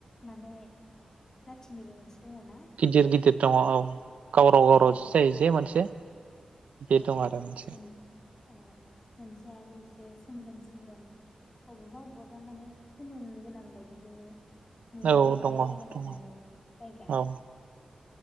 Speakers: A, on the left; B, on the right.
A: माने जाथिनिबो मोनसे दङ ना
B: गिदेर गिदेर <unintelligible> गावराव
A: औ
B: गावराव जि
A: गिदिर
B: जायो
A: गिदिर
B: जे मोनसे बे
A: औ
B: दं आरो मोनसे।
A: मोन औ मोनसे आरो एसे सोमब्रोम सोमब्रोम अबावबा अबावबा माने खोमोन गोनां बायदिबो नुनो
B: औ
A: थाङोबा
B: दङ
A: जायगा लानानै
B: दङ
A: जायगा।
B: औ